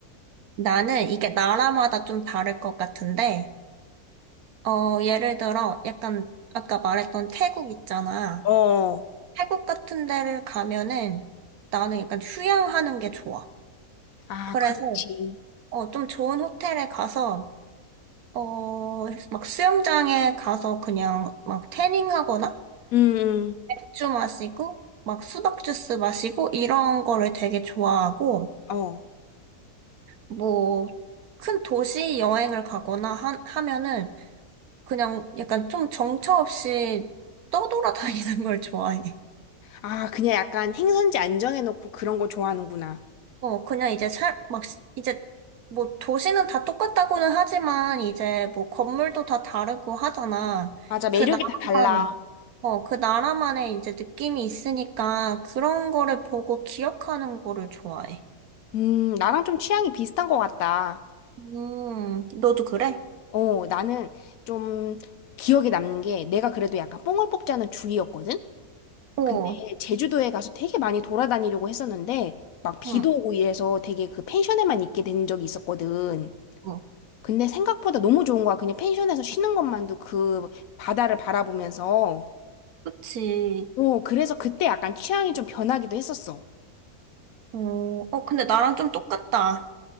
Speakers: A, on the right (about 75°); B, on the left (about 70°).
A: 나는 이게 나라마다 좀 다를 것 같은데, 어, 예를 들어, 약간, 아까 말했던 태국 있잖아.
B: 어.
A: 태국 같은 데를 가면은 나는 약간 휴양하는 게 좋아.
B: 아,
A: 그래서,
B: 그렇지.
A: 어, 좀 좋은 호텔에 가서 어, 막 수영장에 가서 그냥 막 태닝 하거나
B: 응, 응.
A: 맥주 마시고 막 수박 주스 마시고 이런 거를 되게 좋아하고
B: 어.
A: 뭐 큰 도시 여행을 가거나 하, 하면은 그냥 약간 좀 정처 없이 떠돌아다니는 걸 좋아해.
B: 아, 그냥 약간 행선지 안정해놓고 그런 거 좋아하는구나.
A: 어, 그냥 이제 살, 막, 시- 이제, 뭐, 도시는 다 똑같다고는 하지만, 이제, 뭐, 건물도 다 다르고 하잖아.
B: 맞아. 매력이
A: 그 나라만의,
B: 다 달라.
A: 어, 그 나라만의 이제 느낌이 있으니까, 그런 거를 보고 기억하는 거를 좋아해.
B: 음, 나랑 좀 취향이 비슷한 것 같다.
A: 음, 너도 그래?
B: 어, 나는 좀 기억에 남는 게 내가 그래도 약간 뽕을 뽑자는 주의였거든?
A: 어,
B: 근데 제주도에 가서 되게 많이 돌아다니려고 했었는데 막 비도
A: 응,
B: 오고 이래서 되게 그 펜션에만 있게 된 적이 있었거든.
A: 어,
B: 근데 생각보다 너무 좋은 거야. 그냥 펜션에서 쉬는 것만도 그 바다를 바라보면서.
A: 그치.
B: 어, 그래서 그때 약간 취향이 좀 변하기도 했었어.
A: 어, 어, 근데 나랑 좀 똑같다.